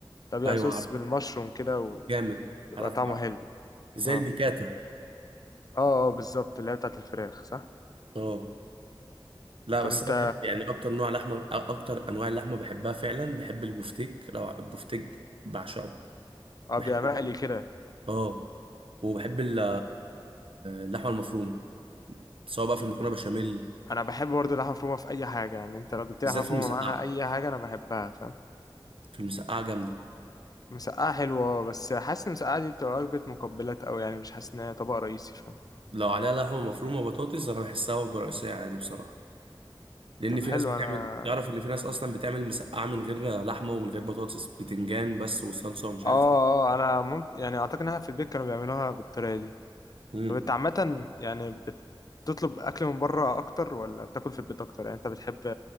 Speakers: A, on the left; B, on the right.
A: ده بيبقى
B: ايوه
A: صوص
B: عارف
A: بالمشروم كده
B: جامد
A: وبيبقى
B: عارف
A: طعمه
B: عارف
A: حلو
B: زي
A: اه
B: البيكاتا
A: اه اه بالظبط اللي هي بتاعت الفراخ صح
B: اه لا
A: طب
B: بس
A: انت
B: انا بحب يعني اكتر نوع لحمه أ- اكتر انواع اللحمه بحبها فعلا بحب البفتيك لو البفتيك بعشقه
A: اه
B: بحبه
A: بيبقى مقلي كده
B: اه وبحب ال- اللحمه المفرومه سواء بقى في المكرونه بشاميل
A: انا بحب برضه اللحمه مفرومه في اي حاجه يعني انت لو جبت
B: بالذات
A: لي لحمه مفرومه
B: في المسقعه
A: معاها اي حاجه انا بحبها فاهم
B: في المسقعه جامده
A: مسقعه حلوه اه، بس حاسس ان المسقعه دي بتبقى وجبه مقبلات قوي يعني مش حاسس ان هي طبق رئيسي فاهم
B: لو عليها لحمه مفرومه وبطاطس انا بحسها وجبه رئيسيه عادي بصراحه لان
A: طب
B: في
A: حلو
B: ناس بتعمل
A: انا
B: تعرف ان في ناس اصلا بتعمل مسقعه من غير لحمه ومن غير بطاطس بتنجان بس وصلصه ومش عارف
A: اه
B: ايه
A: اه انا ممكن يعني اعتقد انها في البيت كانوا بيعملوها بالطريقه دي
B: مم.
A: طب انت عامه يعني بتطلب اكل من بره اكتر ولا بتاكل في البيت اكتر يعني انت بتحب